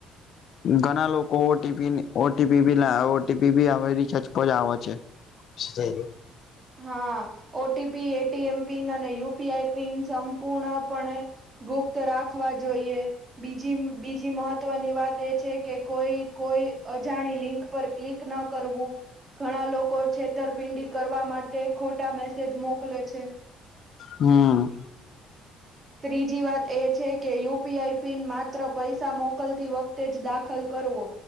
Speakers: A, on the left (about 60°); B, on the right (about 35°).
A: ઘણા લોકો ઓટીપી, ઓટીપી બી લ, ઓટીપી બી આવે છચપજ આવે છે. જઈ.
B: હા, ઓટીપી, એટીએમ પિન અને યુપીઆઈ પિન સંપૂર્ણપણે. ગુપ્ત રાખવા જોઈએ. બીજી બીજી મહત્વની વાત એ છે કે, કોઈ કોઈ અજાણી લિંક પર ક્લિક ન કરવું, ઘણા લોકો છેતરપિંડી કરવા માટે. માટે ખોટા મેસેજ મોકલે છે.
A: હમ.
B: ત્રીજી વાત એ છે કે, યુપીઆઈ પિન માત્ર પૈસા મોકલતી વ જ દાખલ કરવો,